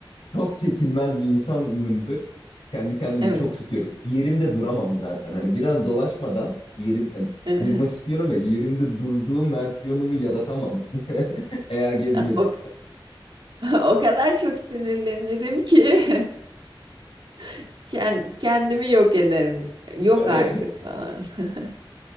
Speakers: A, on the left; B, on the right.
A: çok çekilmez bir insanımdır. Kendi kendimi
B: Evet.
A: çok sıkıyorum. Yerimde duramam zaten. Hani biraz dolaşmadan yerim yani
B: <laughs>
A: durmak istiyorum ve yerimde durduğum versiyonumu yaratamam. <laughs> Eğer gezmediysem.
B: O, o kadar çok sinirlenirim ki <laughs> ken- kendimi yok ederim. Yok
A: <laughs>
B: artık falan. <laughs>